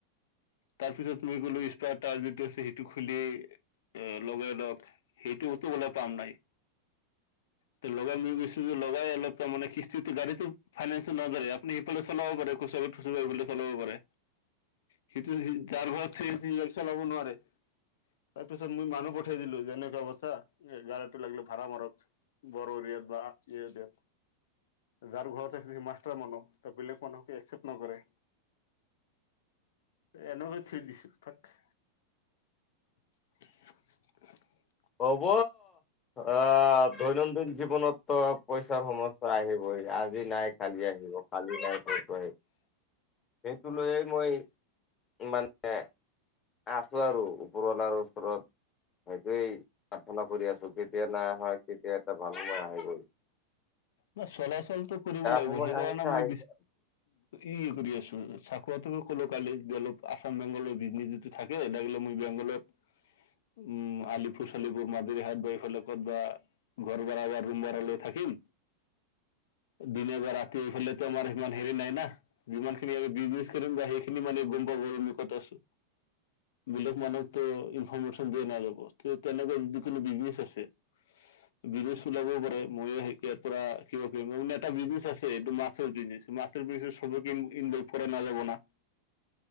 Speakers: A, on the left; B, on the left.
A: তাৰ পিছত মই গ'লো স্প টাৱাৰ যিটো আছে সেইটো খুলি এ লগে লগও সেইটোটো গ'লে পাম নাই। তে লগাই মই গৈছো যে লগাই অলপ তাৰমানে কিস্ত গাড়ীটো ইনেঞ্চিয়েল নদৰে আপুনি সফালে চাব পাৰে। চ চলাবও পাৰে। সেইটো যাৰ ঘৰত গড়ী চলাব নোৱাৰে। তাৰ পিছত মই মানুহ পঠিয়াই দিলো যেনেকুৱা বথাা গড়াটো লাগিলে ভাড়া মাৰক। বৰৰাত বাত যাৰ ঘৰত মাষ্টাৰ মানুহ বেলেগ মানুহকে একচেপট নকৰে। এনেক থুই দিছো তাক। <inaudible>
B: হ'ব আহ দৈনন্দিন জীৱনত ত পইচাৰ সমস্যা আহিবই আজি নাই কালী আহিব পৰসী নাই সেইটো লৈয়ে মই মানে আছো আৰু ওপৰৱালাৰ ওচৰত সেইটোৱেই প্ৰাৰ্থনা কৰি আছো কেতিয়া নাই হয় কেতিয়া এটা ভাল সময় আহি গ'ল।
A: ন চলাচলটো কৰিব লাগিব
B: সময়
A: সেইকাৰণে
B: আহিছে
A: মই
B: আহিছে
A: ই কৰি আছো। চাকৰিটো কলো কালি অলপ আসাম বেংগলৰ বিজনে যটো থাকে লাগিলে মই বেংগলত উম আলিফুচলিব মাদিৰী হাত বোৱাৰফালে ক'ত বা ঘৰ ভাড়া বা ৰুম ভাড়া লৈ থাকিম। দিনে বা ৰাতিফালেতো আমাৰ ইমান হেৰি নাই ন। যিমানখিনি আমি বিজনেছ কৰিম বা সেইখিনি মানে গম পাব আমি কথা আছো। বেলেগ মানুহকতো ইনফৰৰ্মেশ্যন দিয়া নাযাব তে তেনেকুৱা যদি কোনো বিজনেচ আছে। বিছনেচ ওলাব পাৰে ময়ে ইয়াত। এটা বিজ আছে এইটো মছৰ বি মাছ বি সব ইনভল কৰা নাযাব। <inaudible>